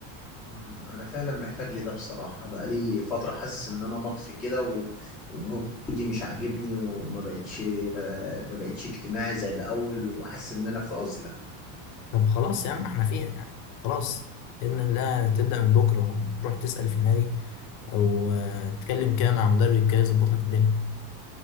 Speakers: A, in the centre; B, on the left.
A: مم، انا فعلا محتاج لي ده بصراحة بقالي فترة حاسس ان انا مطفي كده و... ومودي مش عاجبني وما بقتش ب... ما بقتش اجتماعي زي الاول وحاسس ان انا في عزلة
B: طب خلاص يا عم احنا فين يعني خلاص بإذن الله تبدأ من بكرة وتروح تسأل في النادي أو آه، تتكلم كده مع مدرب كده يظبط لك الدنيا